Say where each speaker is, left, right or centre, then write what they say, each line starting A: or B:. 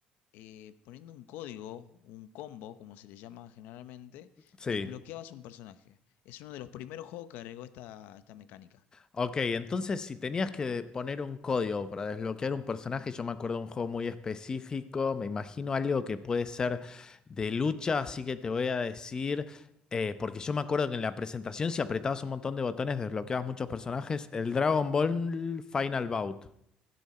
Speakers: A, on the left; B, on the left.
A: eh, poniendo un código, un combo, como se le llama generalmente,
B: Sí.
A: desbloqueabas un personaje. Es uno de los primeros juegos que agregó esta, esta mecánica.
B: Ok, entonces si tenías que poner un código para desbloquear un personaje, yo me acuerdo de un juego muy específico, me imagino algo que puede ser de lucha, así que te voy a decir, eh, porque yo me acuerdo que en la presentación si apretabas un montón de botones desbloqueabas muchos personajes, el Dragon Ball Final Bout.